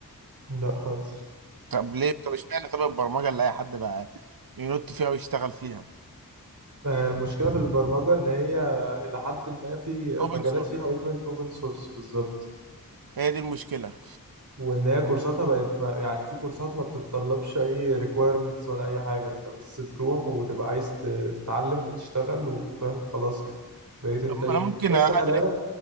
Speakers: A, on the right; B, on the right.
A: لا خالص
B: طب ليه طب اشمعنى طب البرمجة اللي اي حد بقى ينط فيها ويشتغل فيها
A: آه، المشكلة في البرمجة إن هي إلى حد ما في
B: اوبن
A: مجالات
B: سورس
A: فيها أوبن أوبن سورس بالظبط
B: هي دي المشكلة
A: وإن هي كورساتها بقت ما يعني في كورسات ما بتتطلبش أي ريكويرمنتس ولا أي حاجة أنت بس تروح وتبقى عايز ت- تتعلم وتشتغل وفاهم خلاص كده بقيت أنت
B: طب
A: إيه
B: انا ممكن
A: بس
B: ادرس
A: خلي بالك